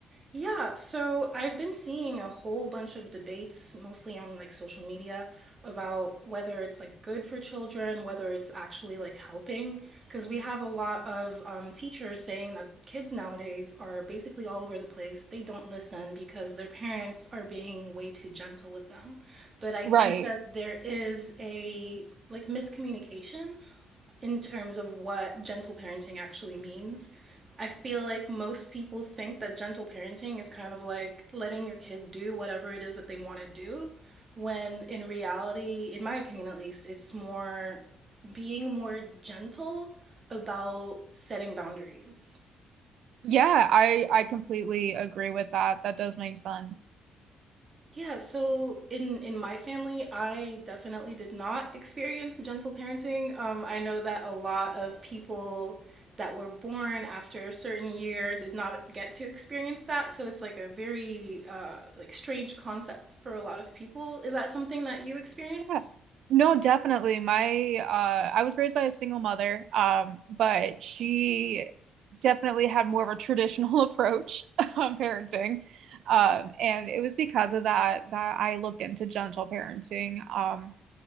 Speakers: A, on the right; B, on the right.
A: Yeah, so I've been seeing a whole bunch of debates, mostly on like social media, about whether it's like good for children, whether it's actually like helping. Because we have a lot of um, teachers saying that kids nowadays are basically all over the place. They don't listen because their parents are being way too gentle with them. But I
B: Right.
A: think that there is a like miscommunication in terms of what gentle parenting actually means. I feel like most people think that gentle parenting is kind of like letting your kid do whatever it is that they want to do, when in reality, in my opinion at least, it's more being more gentle about setting boundaries
B: Yeah, I I completely agree with that. That does make sense.
A: Yeah, so in in my family, I definitely did not experience gentle parenting. Um, I know that a lot of people that were born after a certain year did not get to experience that, so it's like a very uh, like strange concept for a lot of people. Is that something that you experienced?
B: Yeah. No, definitely. My uh I was raised by a single mother, um, but she definitely had more of a traditional <laughs> approach on parenting. Um, and it was because of that that I looked into gentle parenting. Um,